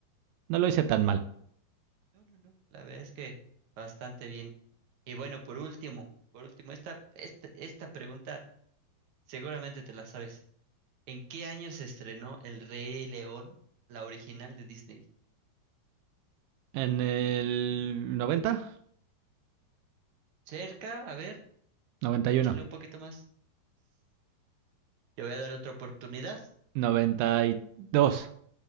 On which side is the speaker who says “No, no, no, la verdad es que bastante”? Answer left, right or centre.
Right